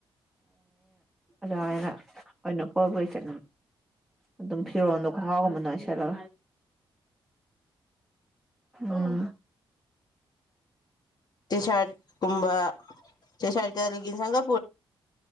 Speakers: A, in the centre; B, on the left.
A: ꯑ ꯔꯥꯏꯅꯥ ꯑꯣ ꯑꯣꯏꯅꯄꯕꯨ ꯆ ꯑꯗꯨꯝ ꯐꯤꯔꯣꯟꯜꯗꯣ ꯈꯍꯥꯎꯝꯕꯅꯦꯂꯒ ꯎꯝ
B: ꯇꯁꯥꯠ ꯀꯨꯝꯕ ꯆꯁꯥꯠ ꯀ ꯁꯪꯒ